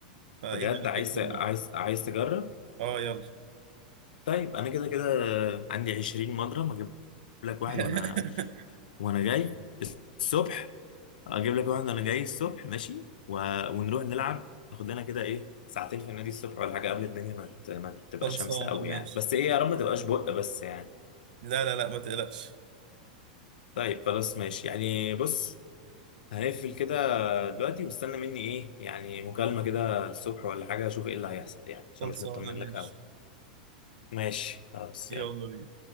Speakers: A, on the right (about 70°); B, on the left (about 85°).
A: فايدي
B: بجد
A: على
B: عايز
A: كده
B: عايز
A: اليوم
B: عايز تجرب
A: اه يلا
B: طيب انا كده كده عندي 20 مضرب اجيب لك واحد
A: <laughs>
B: وانا وانا جاي الصبح اجيب لك واحد وانا جاي الصبح ماشي و... ونروح نلعب ناخد لنا كده ايه ساعتين في النادي الصبح ولا حاجه قبل الدنيا ما, ت... ما تبقى
A: خلصانة
B: شمس قوي
A: ماشي
B: يعني بس ايه يا رب ما تبقاش بق بس يعني
A: لا لا لا ما تقلقش
B: طيب خلاص ماشي يعني بص هنقفل كده دلوقتي واستنى مني ايه يعني مكالمه كده الصبح ولا حاجه اشوف ايه اللي هيحصل يعني عشان
A: خلصانة
B: مش مطمن
A: ماشي
B: لك قوي ماشي خلاص
A: يلا
B: يلا
A: بينا